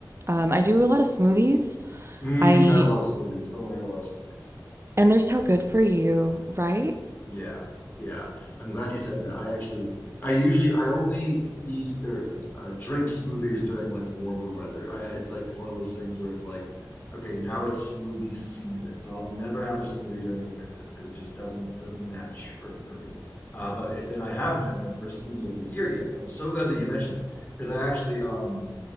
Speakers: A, on the right (about 35°); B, on the left (about 30°).
A: Um, I do a lot of smoothies
B: Mm,
A: I
B: I love smoothies. Oh my God, I love smoothies.
A: and they're so
B: Yeah.
A: good for you, right?
B: Yeah, yeah. I'm glad you said that. I actually, I usually, I only eat or eat, uh, drink smoothies during like warmer weather. I, it's like it's one of those things where it's like, okay, now it's smoothie season, so I'll never have a smoothie during the winter because it just doesn't doesn't match for for me. Uh, but and I haven't had my first smoothie of the year yet. I'm so glad that you mentioned it because I actually um